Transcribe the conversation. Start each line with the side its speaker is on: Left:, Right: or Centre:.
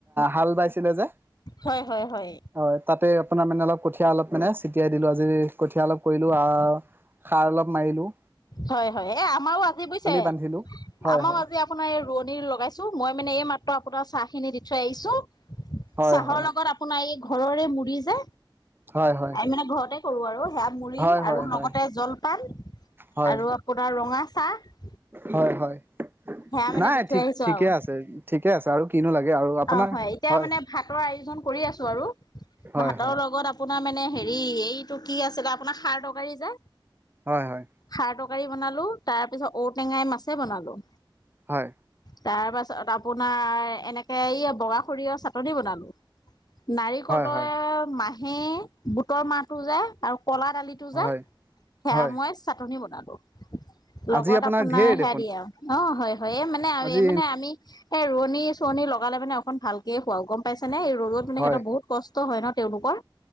Right: হাল বাইছিলে যে
Left: হয়, হয়, হয়।
Right: হয়। তাতে আপোনাৰ মানে অলপ কঠীয়া অলপ মানে ছটিয়াই দিলো আজি কঠীয়া অলপ কৰিলো আ সাৰ অলপ মাৰিলোঁ
Left: হয়, হয়। এ আমাৰো আজি বুজিছে
Right: বান্ধিলো হয়
Left: আমাৰো
Right: হয়
Left: আজি আপোনাৰ এই ৰোৱনিৰ লগাইছো মই মানে এই মাত্ৰ আপোনাৰ চাহ খিনি দি থৈ আহিছো
Right: হয়
Left: চাহৰ
Right: হয়
Left: লগত আপোনাৰ এই ঘৰৰে মুৰি যে
Right: হয় হয়
Left: আমি মানে ঘৰতে কৰো আৰু সেয়া মুড়ি
Right: হয় হয়
Left: আৰু
Right: হয়
Left: লগতে জলপান
Right: হয়
Left: আৰু আপোনাৰ ৰঙা চাহ।
Right: হয়, হয়।
Left: সেয়া মানে
Right: নাই
Left: দি থৈ
Right: ঠিক
Left: আহিছো
Right: ঠিকে
Left: আৰু
Right: আছে ঠিকে আছে আৰু কিনো লাগে আৰু আপোনাৰ
Left: অ হয় এতিয়া
Right: হয়
Left: মানে ভাতৰ আয়োজন কৰি আছো আৰু
Right: হয়
Left: ভাতৰ
Right: হয়
Left: লগত আপো আপোনাৰ মানে হেৰি এইটো কি আছিলে আপোনাৰ খাৰ তৰকাৰী যে
Right: হয়, হয়।
Left: খাৰ তৰকাৰী বনালোঁ তাৰপিছত ঔটেঙাই মাছে বনালোঁ।
Right: হয়।
Left: তাৰ পাছত আপোনাৰ এনেকে এই বগা সৰিয়হৰ চাটনি বনালো। নাৰিকলৰ
Right: হয়
Left: মাহে বুটৰ মাহটো যে আৰু কলা দালি- টো
Right: হয়
Left: যে
Right: হয়
Left: সেয়া
Right: হয়
Left: মই চাটনি বনালো, লগত
Right: আজি
Left: আপোনাৰ
Right: ঢেৰ
Left: সেয়া
Right: দেখোন
Left: দিয়ে আৰু। অঁ' হয় হয়, এই মানে আমি
Right: আজি
Left: এই মানে আমি- এ ৰোৱনী চোৱনী লগালে মানে অকন ভালকে খোৱাও গম পাইছেনে? এই ৰ'দট মানে
Right: হয়
Left: হেঁতৰ বহুত কচ- ষ্ট হয় ন তেওঁলোকৰ।